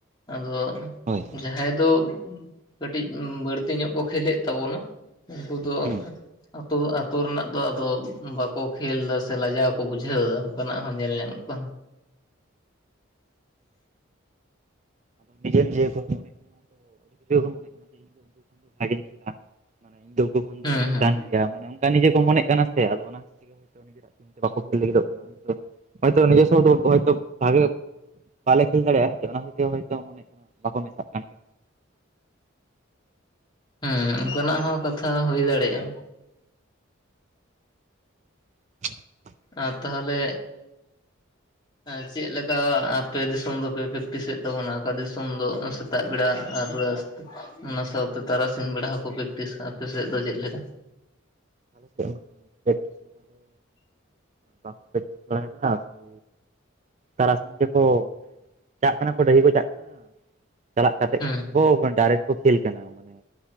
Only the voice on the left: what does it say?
ᱟᱫᱚ
ᱡᱟᱦᱟᱸᱭ ᱫᱚ ᱠᱟᱹᱴᱤᱡ ᱵᱟᱹᱲᱛᱤ ᱧᱚᱜ ᱠᱚ ᱠᱷᱮᱞᱮᱜ ᱛᱟᱵᱚᱱᱟ, ᱩᱱᱠᱩ ᱫᱚ
ᱟᱛᱳ ᱟᱛᱳ ᱨᱮᱱᱟᱜ ᱫᱚ ᱟᱫᱚ ᱵᱟᱠᱚ ᱠᱷᱮᱞ ᱫᱟ ᱥᱮ ᱞᱟᱡᱟᱣ ᱠᱚ ᱵᱩᱡᱷᱟᱹᱣ ᱮᱫᱟ ᱚᱱᱠᱟ ᱱᱟᱜ ᱦᱚᱸ ᱧᱮᱞ ᱧᱟᱢᱚᱜ <unintelligible>
ᱦᱩᱸ
ᱦᱩᱸ
ᱦᱩᱸ ᱚᱱᱠᱟ ᱱᱟᱜ ᱦᱚᱸ ᱠᱟᱛᱷᱟ ᱦᱩᱭ ᱫᱟᱲᱮᱜᱼᱟ᱾
ᱟᱨ ᱛᱟᱦᱚᱞᱮ ᱮᱸ ᱪᱮᱫ ᱞᱮᱠᱟ ᱟᱯᱮ ᱫᱤᱥᱚᱢ ᱫᱚᱯᱮ ᱯᱮᱠᱴᱤᱥᱮᱫ ᱛᱟᱵᱚᱱᱟ? ᱚᱠᱟ ᱫᱤᱥᱚᱢ ᱫᱚ ᱥᱮᱛᱟᱜ ᱵᱮᱲᱟ? ᱟᱨ ᱚᱱᱟ ᱥᱟᱶᱛᱮ ᱛᱟᱨᱟ ᱥᱤᱧ ᱵᱮᱲᱟ ᱦᱚᱸᱠᱚ ᱯᱮᱠᱴᱤᱥᱟ, ᱟᱯᱮ ᱥᱮᱫ ᱫᱚ ᱪᱮᱫ ᱞᱮᱠᱟ?
ᱦᱩᱸ